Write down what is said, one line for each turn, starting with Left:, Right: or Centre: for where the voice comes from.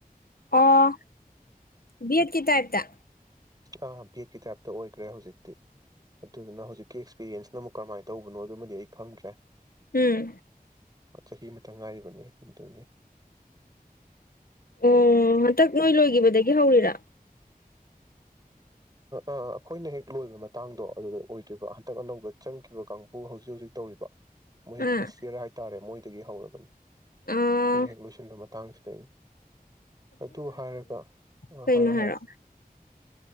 Left: ꯑꯣ ꯕꯤ ꯑꯦꯠ ꯀꯤ ꯇꯥꯏꯞꯇ
Right: ꯑꯥ ꯕꯤ ꯑꯦꯠꯀꯤ ꯇꯥꯏꯞꯇ ꯑꯣꯏꯈ꯭ꯔꯦ ꯍꯧꯖꯤꯛꯇꯤ ꯑꯗꯨꯗꯨꯅ ꯍꯧꯖꯤꯛꯀꯤ ꯑꯦꯛꯁꯄꯤꯔꯤꯌꯦꯟꯁꯅ ꯑꯃꯨꯛ ꯀꯃꯥꯏꯅ ꯇꯧꯕꯅꯣ ꯑꯗꯨꯃꯗꯤ ꯑꯩ ꯈꯪꯗ꯭ꯔꯦ
Left: ꯎꯝ
Right: ꯆꯍꯤ ꯑꯃꯇ ꯉꯥꯏꯔꯤꯕꯒꯤ ꯑꯗꯨꯒꯤ
Left: ꯑꯣ ꯍꯟꯇꯛ ꯅꯣꯏ ꯂꯣꯏꯈꯤꯕꯗꯒꯤ ꯍꯧꯔꯤꯔꯥ
Right: ꯑꯩꯈꯣꯏꯅ ꯍꯦꯛ ꯂꯣꯏꯕ ꯃꯇꯥꯡꯗꯣ ꯑꯗꯨꯗ ꯑꯣꯏꯗꯣꯏꯕ ꯍꯟꯇꯛ ꯑꯅꯧꯕ ꯆꯪꯈꯤꯕ ꯀꯥꯡꯕꯨꯨ ꯍꯧꯖꯤꯛ ꯍꯧꯖꯤꯛ ꯇꯧꯔꯤꯕ ꯃꯣꯏ
Left: ꯑꯥ
Right: ꯐꯥꯔꯁ ꯌꯔ ꯍꯥꯏ ꯇꯥꯔꯦ ꯃꯣꯏ ꯑꯗꯨꯒꯤ ꯍꯧꯔꯕꯅꯤ ꯑꯩꯈꯣꯏꯅ
Left: ꯑꯥ
Right: ꯍꯦꯛ ꯂꯣꯏꯁꯤꯟꯕ ꯃꯇꯥꯡꯁꯤ ꯇ ꯑꯗꯨ ꯍꯥꯏꯔꯒ
Left: ꯀꯩꯅꯣ
Right: ꯍꯥꯏꯔꯣ
Left: ꯍꯥꯏꯔꯛꯑꯣ
Right: ꯍꯥꯏꯔꯣ